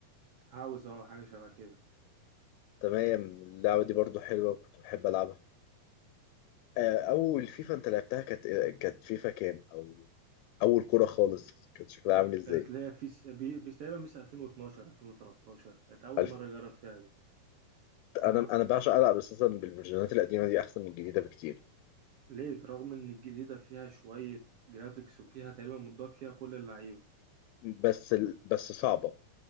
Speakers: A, on the right (about 80°); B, on the left (about 80°).
A: هاوس اه حاجة شبه كده
B: تمام اللعبة دي برضو حلوة وكنت بحب ألعبها آه، أول فيفا أنت لعبتها كانت إيه؟ كانت فيفا كام أو أول كرة خالص كانت شكلها عامل إزاي؟
A: كانت اللي هي في س- بي- بيس تقريبا بيس 2012 2013 كانت أول
B: ألف...
A: مرة أجرب فيها دي اه
B: أنا أنا بعشق ألعب أساسا بالفيرجنات القديمة دي أحسن من الجديدة بكتير
A: ليه رغم إن الجديدة فيها شوية جرافيكس وفيها تقريبا متضاف فيها كل اللعيبة
B: بس ال... بس صعبة